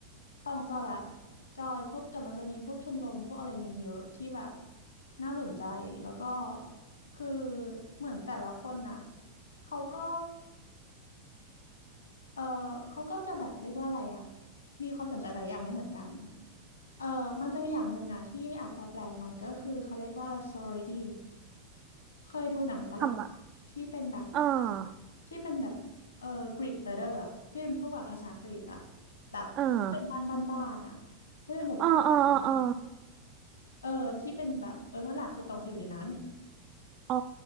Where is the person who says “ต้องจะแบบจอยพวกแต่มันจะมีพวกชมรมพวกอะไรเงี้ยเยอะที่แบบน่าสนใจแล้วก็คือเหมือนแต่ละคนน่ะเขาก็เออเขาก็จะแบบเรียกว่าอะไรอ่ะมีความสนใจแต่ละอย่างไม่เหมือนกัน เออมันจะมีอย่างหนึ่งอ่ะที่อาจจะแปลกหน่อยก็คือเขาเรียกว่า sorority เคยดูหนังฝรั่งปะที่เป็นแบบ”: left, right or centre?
Left